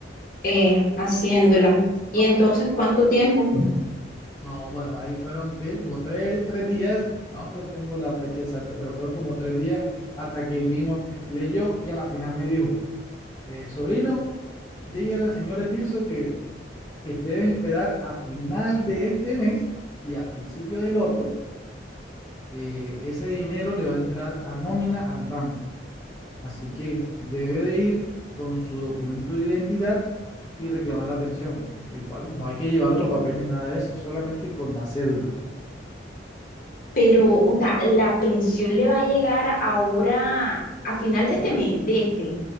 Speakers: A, on the left; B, on the left.
A: eh, haciéndola. Y entonces, ¿cuánto tiempo?
B: No, bueno, ahí fueron que como tres, tres días, no te- tengo la fecha exacta, pero fueron como tres días hasta que él vino, leyó y a la final me dijo, eh, sobrino, dígale al señor Etilso que es- debes esperar a final de este mes y a principio del otro, eh, ese dinero le va a entrar a nómina al banco. Así que debe de ir con su documento de identidad y reclamar la pensión. Igual no hay que llevar otro papel ni nada de eso, solamente con la cédula.
A: Pero, o sea, la pensión le va a llegar ahora a final de este mes, de este.